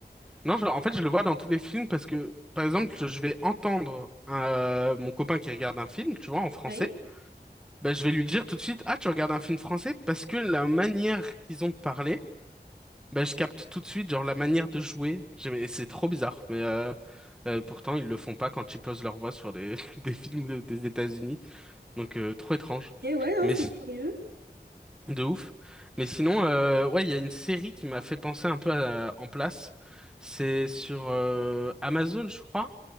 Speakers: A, in the centre; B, on the right.
A: Non, genre, en fait, je le vois dans tous les films parce que, par exemple, je je vais entendre euh, mon copain qui regarde un film, tu vois, en français.
B: Ouais.
A: Ben je vais lui dire tout de suite, ah, tu regardes un film français parce que la manière qu'ils ont de parler, Ben, je capte tout de suite, genre la manière de jouer. J'ai- et C'est trop bizarre, mais euh, euh, pourtant ils le font pas quand ils posent leur voix sur des, <laughs> des films de- des États-Unis. Donc euh, trop étrange,
B: Et ouais, hein,
A: mais
B: c'est
A: si-
B: curieux.
A: de ouf. Mais sinon, euh, ouais, il y a une série qui m'a fait penser un peu à, En Place. C'est sur euh, Amazon, je crois.